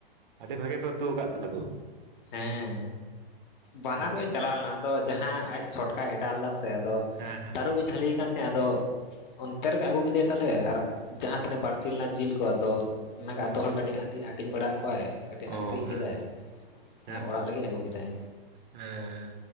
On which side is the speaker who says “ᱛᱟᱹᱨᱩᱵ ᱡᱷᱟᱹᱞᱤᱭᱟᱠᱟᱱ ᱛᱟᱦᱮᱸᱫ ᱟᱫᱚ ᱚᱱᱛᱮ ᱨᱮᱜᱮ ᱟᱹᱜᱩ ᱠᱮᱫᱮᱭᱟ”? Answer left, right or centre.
Left